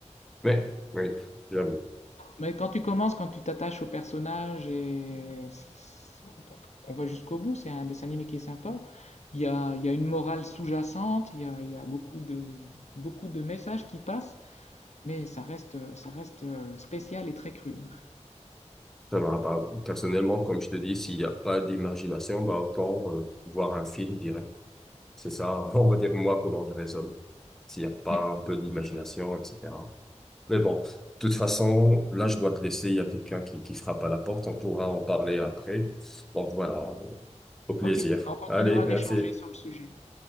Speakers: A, in the centre; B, on the left.
A: Mais, oui, j'avoue.
B: Mais quand tu commences, quand tu t'attaches au personnage et c'est- on va jusqu'au bout, c'est un dessin animé qui est sympa. Il y a, il y a une morale sous-jacente, il y a, il y a beaucoup de, beaucoup de messages qui passent, mais ça reste, ça reste euh, spécial et très cru.
A: Ça va pas. Personnellement, comme je te dis, s'il n'y a pas d'imagination, bah, autant euh, voir un film direct. C'est ça, <laughs> on va dire moi comment je raisonne, s'il n'y a pas
B: <laughs>
A: un peu d'imagination,
B: Ok,
A: etc. Mais bon, de toute façon, là je dois te laisser, il y a quelqu'un qui, qui frappe à la porte, on pourra en parler après. Donc voilà, euh, au plaisir.
B: ok, on continuera
A: Allez, merci.
B: d'échanger sur le sujet.